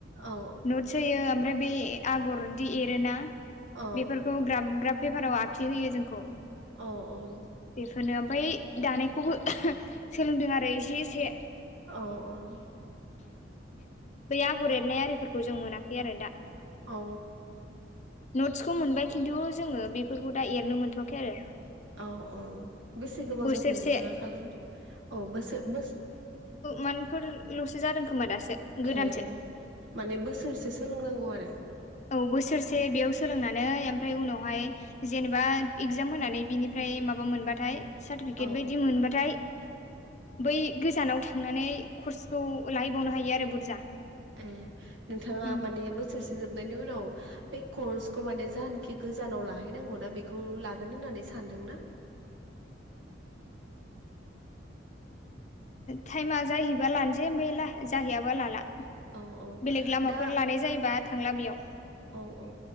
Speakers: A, on the right; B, on the left.
A: औ
B: नटस होयो ओमफ्राय बे आगरदि एरोोना
A: औ
B: बेफोरखौ ग्राब ग्राब पेपाराव आखि होयो जोंखौ।
A: औ औ
B: बेफोरनो ओमफ्राय दानायखौबो सोलोंदों आरो इसे एसे
A: औ औ
B: बै आगर एरनाय आरिफोरखौ जों मोनाखै आरो दा।
A: औ
B: नटसखौ मोनबाय खिन्थु जोङो बेफोरखौ दा एरनो मोनथ'वाखै आरो।
A: औ औ बेसे गोबाव
B: बोसोरसे
A: जाखो नोंथाङा खालामनो औ बोसो बो
B: मानफोरल'सो जादों खोमा दासो गोदानसो
A: उम माने बोसोरसे सोलोंनांगौ आरो।
B: औ बोसोरसे बेयाव सोलोंनानै ओमफ्राय उनावहाय जेनेबा इगजाम होनानै बिनिफ्राय ओमफ्राय माबा मोनबाथाय सार्टिफिकेट
A: औ
B: बायदि मोनबाथाय बै गोजानाव थांनानै कर्सखौ लाहैबावनो हायो आरो बुरजा।
A: उम नोंथाङा
B: ओं
A: माने बोसोरसे जोबनायनि उनाव ब कर्सखौ माने जखि गोजानाव लाहैनांगौना बेखौ लागोन होननानै सा सानदोंना।
B: टाइमा जाहैबा लानोसै ओमफ्राय जाहैयाबा लाला।
A: औ औ
B: बेलेग लामाफोर
A: दा
B: लानाय जायोबा थांला बेयाव।
A: औ औ